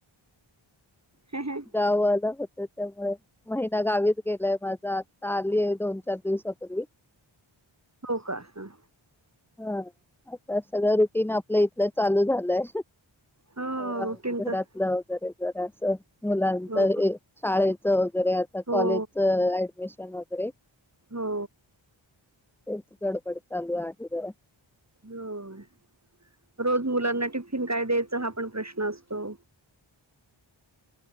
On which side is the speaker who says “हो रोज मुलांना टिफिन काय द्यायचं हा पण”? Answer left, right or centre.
Right